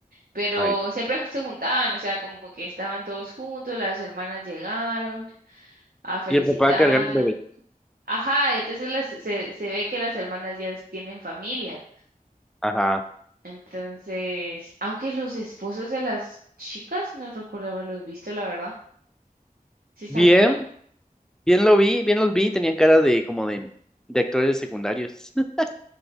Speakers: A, on the right; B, in the centre.
A: Pero
B: Ay.
A: siempre se juntaban, o sea, como que estaban todos juntos, las hermanas llegaron a felicitarla.
B: Y el papá cargando un bebé.
A: Ajá, y entonces las- se, se ve que las hermanas ya tienen familia.
B: Ajá.
A: Entonces, aunque los esposos de las chicas no recuerdo haberlos visto, la verdad. Sí
B: Bien,
A: salieron.
B: Bien lo vi, bien los vi, tenían cara de como de, de actores secundarios. <laughs>